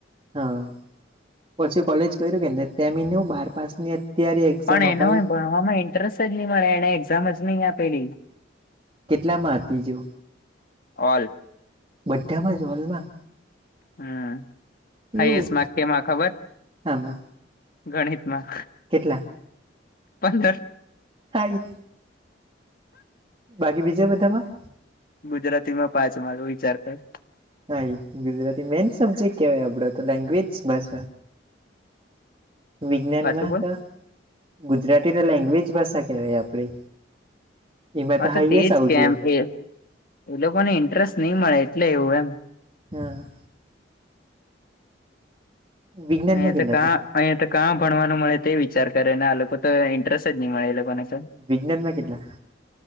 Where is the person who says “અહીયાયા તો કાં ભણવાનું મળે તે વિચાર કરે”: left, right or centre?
Left